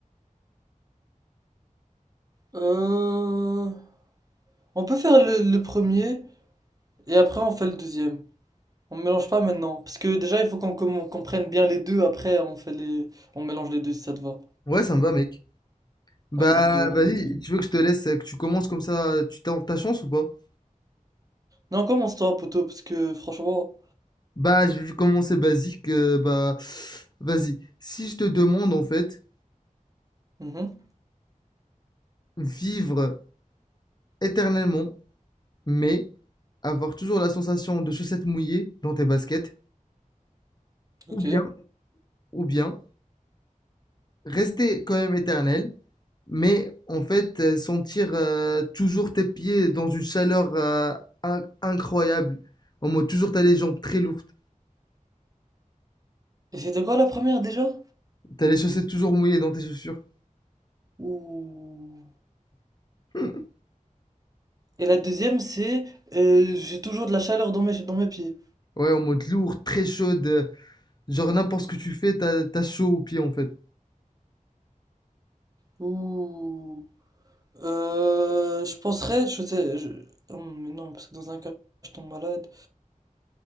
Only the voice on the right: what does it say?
Euh... On peut faire le le premier et après on fait le deuxième. On mélange pas maintenant. Parce que déjà, il faut qu'on commen- qu'on prenne bien les deux. Après, on fait les... on mélange les deux si ça te va.
Vas-y, go,
on fait ça.
Non, commence toi, poteau, parce que franchement.
Mhm,
ok.
Et c'était quoi la première déjà?
Ouh.
Et la deuxième, c'est euh, j'ai toujours de la chaleur dans mes, dans mes pieds.
Ouh. Euh, je penserais, je sais. je- Hum, mais non, parce que dans un cas, je tombe malade.